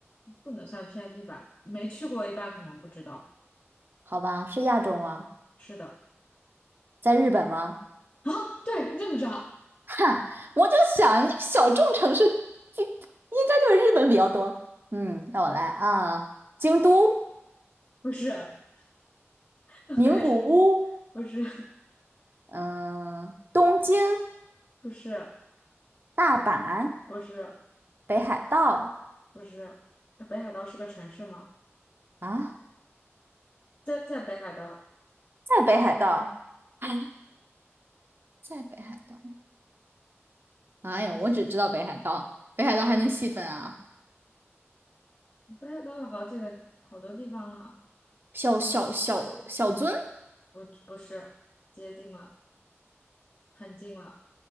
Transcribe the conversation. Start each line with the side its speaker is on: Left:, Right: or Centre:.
Left: 不能算偏僻吧，没去过一般可能不知道。
Right: 好吧，是亚洲吗？
Left: 是的，
Right: 在日本吗？
Left: 啊，对，你怎么知道？
Right: <laughs> 哈，我就想小众城市就应该就是日本比较多。嗯，让我来啊，京都、
Left: 不是，<laughs>
Right: 名古屋，
Left: 开始，不是，
Right: 嗯，东京、
Left: 不是，
Right: 大阪、
Left: 不是，
Right: 北海道
Left: 不是。北海道是个城市吗？
Right: 啊，
Left: 在在北海道。
Right: 在北海道，啊，在北海道。哎呦，我只知道北海道，北海道还能细分啊，
Left: 北海道有好几个好多地方呢，
Right: 小小小小樽
Left: 不不是接近了，很近了。